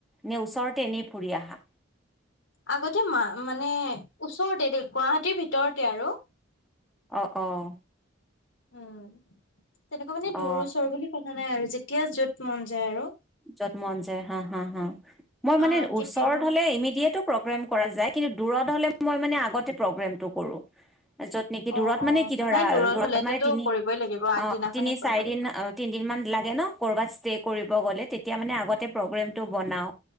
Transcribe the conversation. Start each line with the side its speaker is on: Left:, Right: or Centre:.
Centre: নে ওচৰতে এনেই ফুৰি আহা?
Left: আগতে মা মানে ওচৰতে দেই গুৱাহাটীৰ ভিতৰতে আৰু।
Centre: অ' অ'
Left: উম, তেনেকুৱা মানে দূৰ
Centre: অ
Left: ওচৰ বুলি কথা নাই আৰু, যেতিয়া য'ত মন যায় আৰু
Centre: য'ত মন যায় হা হা হা। মই মানে
Left: অ', কেতিয়াবা
Centre: ওচৰত হ'লে ইমিডিয়েটো - প্ৰগ্ৰেম কৰা যায়, কিন্তু দূৰত হ'লে মই মানে আগতে প্ৰগ্ৰেমটো কৰো। য'ত নেকি
Left: অ
Centre: দূৰত
Left: অ
Centre: মানে কি ধৰা,
Left: নাই
Centre: দূৰত
Left: হলেতোতো
Centre: মানে তিনি,
Left: কৰিবই লাগিব আগদিনাখনেই
Centre: অ তিনি
Left: কৰিব
Centre: চাৰি
Left: লাগিব
Centre: দিন তিন দিন মান লাগে ন, কৰ'বাত ষ্টে কৰিব গ'লে তেতিয়া মানে আগতে প্ৰগ্ৰেমটো বনাও,